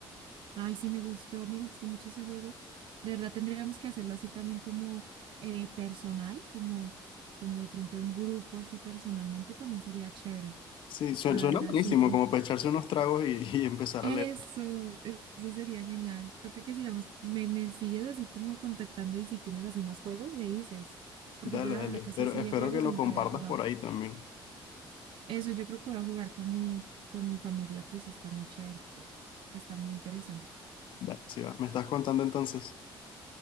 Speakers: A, on the right; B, on the left.
A: ay, sí, me gustó, me gustó mucho ese juego. De verdad tendríamos que hacerlo así también como eh, personal, como, como de pronto en grupo, así personalmente también sería chévere
B: Sí, suen-
A: para
B: suena
A: ver
B: buenísimo,
A: así.
B: como para echarse unos tragos y, <laughs> y empezar
A: Eso,
B: a leer.
A: eso sería genial. Toca que sigamos, me, me sigues así como contactando y si tienes así más juegos, me dices. Porque
B: Dale,
A: yo la
B: dale.
A: verdad
B: Espero,
A: casi así
B: espero
A: de juegos
B: que lo
A: nunca
B: compartas
A: había jugado.
B: por ahí también.
A: Eso yo creo que voy a jugar con mi, con mi familia pues esta noche a ver qué. Está muy interesante.
B: Dale, sí va. Me estás contando entonces.